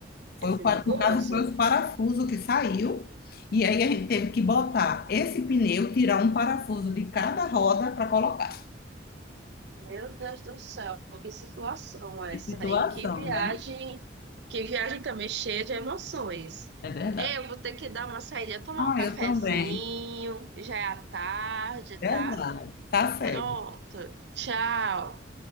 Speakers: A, on the right; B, on the left.
A: é
B: Foi
A: perigoso?
B: o, pa- no caso, foi o parafuso que saiu. E aí a gente teve que botar esse pneu, tirar um parafuso de cada roda para colocar.
A: Meu Deus do céu, que situação essa,
B: Que situação,
A: hein? Que viagem.
B: né?
A: Que viagem também cheia de emoções.
B: É verdade.
A: Eu vou ter que dar uma saída, tomar
B: Ah,
A: um cafezinho,
B: eu também.
A: já é à tarde,
B: Verdade.
A: tá?
B: Tá certo.
A: Pronto, tchau.